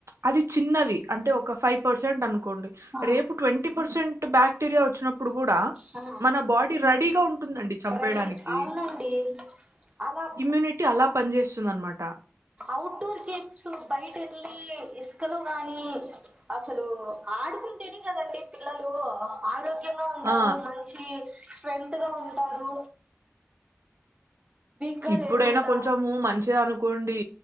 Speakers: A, on the right (about 80°); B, on the right (about 25°).
A: అది చిన్నది అంటే ఒక ఫైవ్ పర్సెంట్ అనుకోండి
B: ఆ
A: రేపు ట్వంటీ పర్సెంట్ బాక్టీరియా వచ్చినప్పుడు కూడా
B: ఆ
A: మన బాడీ రెడీగా ఉంటుందండి చంపేయడానికి
B: రెడీ అవునండి అలా
A: ఇమ్యూనిట్ టీ అలా పని చేేస్తుంది అనమాట
B: ఔట్ డోర్ గేమ్స్ బయటెళ్ళి ఇసుకలో గాని అసలు ఆడుకుంటేనే కదండి పిల్లలు ఆరోగ్యం గా ఉంటారు
A: ఆ
B: మంచి స్ట్రెంగ్త్ గా ఉంటారు వీక్ గా
A: ఇప్పుడైనా
B: లేకుండా
A: కొంచము మంచిగా అనుకోండి